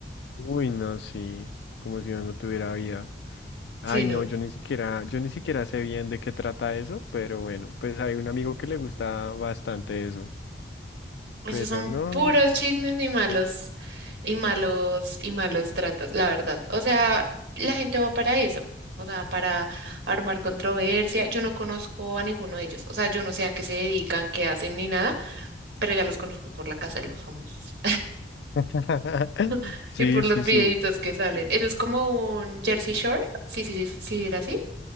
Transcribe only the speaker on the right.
Sí, no.
Esos
son
puros chismes y malos, y malos, y malos tratos, la verdad. O sea, la gente va para eso. O sea, para armar controversia. Yo no conozco a ninguno de ellos. O sea, yo no sé a qué se dedican, qué hacen ni nada pero ya los conozco por la casa de los famosos
<laughs>
y por los
videitos
que salen. Eso es como un Jersey Shore. Sí, sí, sí, sí, era así.